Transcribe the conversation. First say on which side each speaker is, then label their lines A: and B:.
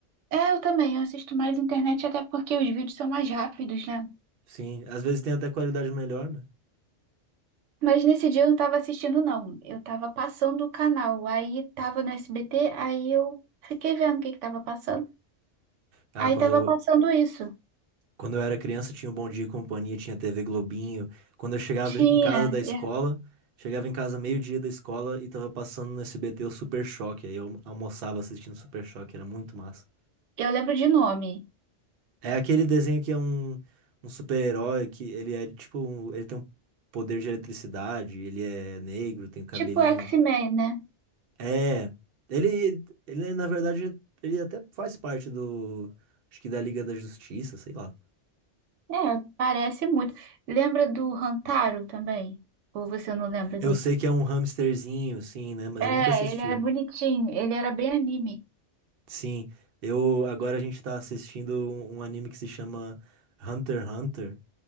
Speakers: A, on the right; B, on the right.
A: é, eu também, eu assisto mais internet até porque os vídeos são mais rápidos, né?
B: Sim, às vezes tem até qualidade melhor, né?
A: Mas nesse dia eu não tava assistindo não. Eu tava passando o canal. Aí tava no SBT, aí eu fiquei vendo o que que tava passando.
B: Ah,
A: Aí
B: quando
A: tava
B: eu,
A: passando isso.
B: quando eu era criança tinha o Bom Dia e Companhia, tinha TV Globinho. Quando eu chegava
A: Tinha,
B: em casa da escola,
A: eu
B: chegava em casa meio-dia da escola e tava passando no SBT o Super Choque, aí eu almoçava assistindo Super Choque, era muito massa.
A: eu lembro de nome.
B: É aquele desenho que é um, um super-herói que ele é tipo. um- Ele tem um poder de eletricidade, ele é negro, tem o cabelinho.
A: Tipo X-Men, né?
B: É. Ele, ele, na verdade, ele até faz parte do. Acho que da Liga da Justiça, sei lá.
A: É, parece muito. Lembra do Hantaro também? Ou você não lembra
B: Eu
A: dele?
B: sei que é um hamsterzinho, sim, né? Mas
A: É,
B: eu nunca assisti.
A: ele era bonitinho, ele era bem anime.
B: Sim, eu. Agora a gente tá assistindo um, um anime que se chama Hunter x Hunter.